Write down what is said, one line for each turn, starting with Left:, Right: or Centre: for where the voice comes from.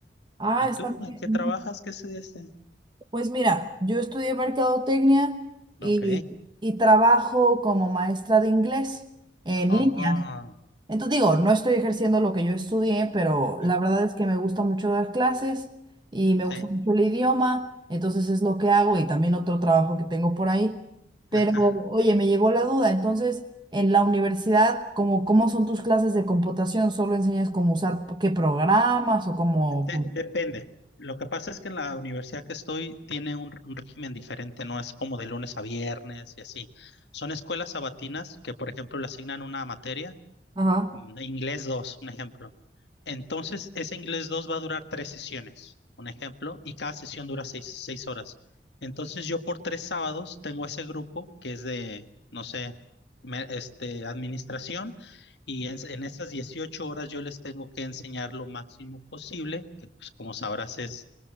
Right: Ah,
Left: ¿Y
Right: está
Left: tú?
Right: muy
Left: ¿En qué
Right: bien.
Left: trabajas? ¿Qué es este?
Right: Pues mira, yo estudié mercadotecnia y,
Left: Ok.
Right: y trabajo como maestra de inglés en
Left: Oh.
Right: línea. Entonces digo, no estoy ejerciendo lo que yo estudié, pero
Left: ujú,
Right: la verdad es que me gusta mucho dar clases y me
Left: Sí.
Right: gusta mucho el idioma, entonces es lo que hago y también otro trabajo que tengo por ahí. Pero
Left: <laughs>
Right: oye, me llegó la duda, entonces en la universidad, ¿cómo, cómo son tus clases de computación? ¿Solo enseñas cómo usar qué programas o cómo...
Left: de- depende. Lo que pasa es que en la universidad que estoy tiene un, un régimen diferente, no es como de lunes a viernes y así. Son escuelas sabatinas que, por ejemplo, le asignan una materia
Right: Ajá,
Left: mm, inglés 2, un ejemplo. Entonces, ese inglés 2 va a durar tres sesiones, un ejemplo, y cada sesión dura seis, seis horas. Entonces, yo por tres sábados tengo ese grupo que es de, no sé, me- este, administración, y en, en esas 18 horas yo les tengo que enseñar lo máximo posible, que pues como sabrás es